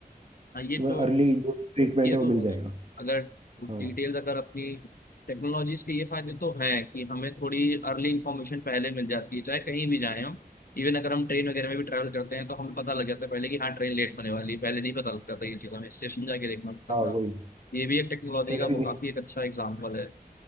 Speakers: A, on the left (about 65°); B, on the right (about 40°).
A: हाँ ये
B: तुम्हें
A: तो
B: अर्ली जो ट्रीटमेंट
A: ये
B: है
A: तो
B: वो मिल जाएगा
A: है अगर
B: हाँ
A: डिटेल अगर अपनी टेक्नोलॉजीज के ये फायदे तो हैं कि हमें थोड़ी अर्ली इंफॉर्मेशन पहले मिल जाती है चाहे कहीं भी जाएं हम इवन अगर हम ट्रेन वगैरह में भी ट्रैवल करते हैं तो हमें पता लग जाता है पहले कि हाँ ट्रेन लेट होने वाली है पहले नहीं पता लगता था ये चीज़ हमें स्टेशन जाके देखना पड़ता
B: हाँ
A: था
B: वही
A: ये भी एक टेक्नोलॉजी
B: ट्रेन
A: का वो
B: लेट
A: काफी एक अच्छा एग्जाम्पल है